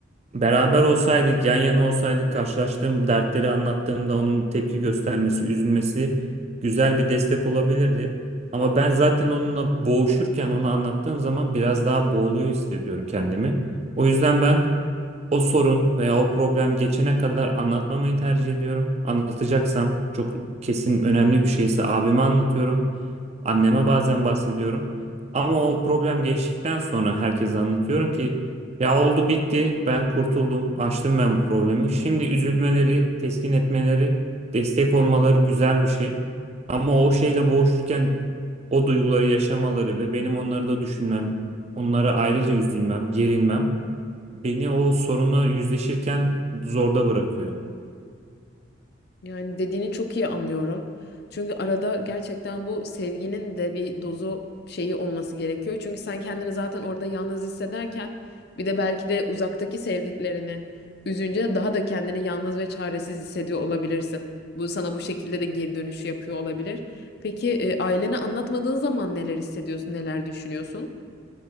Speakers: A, on the right (about 35°); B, on the left (about 55°).
A: Beraber olsaydık, yan yana olsaydık, karşılaştığım dertleri anlattığımda onun tepki göstermesi, üzülmesi güzel bir destek olabilirdi. Ama ben zaten onunla boğuşurken onu anlattığım zaman biraz daha boğuluyor hissediyorum kendimi. O yüzden ben o sorun veya o problem geçene kadar anlatmamayı tercih ediyorum. Anlatacaksam çok kesin önemli bir şeyse abime anlatıyorum. Anneme bazen bahsediyorum. Ama o problem geçtikten sonra herkese anlatıyorum ki ya oldu bitti ben kurtuldum aştım ben bu problemi. Şimdi üzülmeleri, teskin etmeleri, destek olmaları güzel bir şey. Ama o şeyle boğuşurken o duyguları yaşamaları ve benim onları da düşünmem, onlara ayrıca üzülmem, gerinmem beni o sorunla yüzleşirken zorda bırakıyor.
B: Yani dediğini çok iyi anlıyorum. Çünkü arada gerçekten bu sevginin de bir dozu şeyi olması gerekiyor. Çünkü sen kendini zaten orada yalnız hissederken bir de belki de uzaktaki sevdiklerini üzünce daha da kendini yalnız ve çaresiz hissediyor olabilirsin. Bu sana bu şekilde de geri dönüşü yapıyor olabilir. Peki e, ailene anlatmadığın zaman neler hissediyorsun, neler düşünüyorsun?